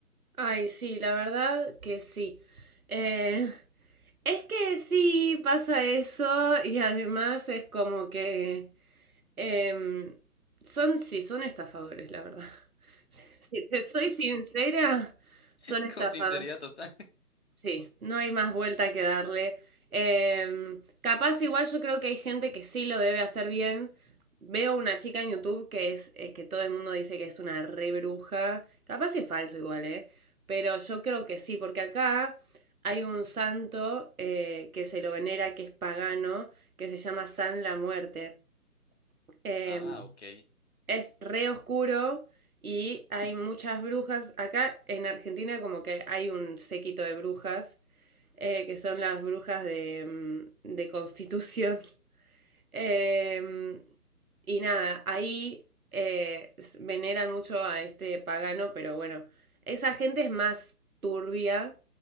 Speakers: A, on the right; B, on the left.
A: Ay, sí, la verdad que sí. Eh, es que sí pasa eso y además es como que em, son, sí, son estafadores, la verdad. <laughs> Si te soy sincera,
B: <laughs>
A: son estafadores.
B: con sinceridad total.
A: Sí, no hay más vuelta que darle. Em, capaz igual yo creo que hay gente que sí lo debe hacer bien. Veo una chica en YouTube que es eh, que todo el mundo dice que es una re bruja. Capaz es falso igual, ¿eh? Pero yo creo que sí, porque acá hay un santo eh, que se lo venera, que es pagano, que se llama San la Muerte. Em,
B: Ah, ok.
A: es re oscuro y hay muchas brujas. Acá en Argentina como que hay un séquito de brujas eh, que son las brujas de, mm, de Constitución. <laughs> Eh, y nada, ahí eh, veneran mucho a este pagano, pero bueno, esa gente es más turbia,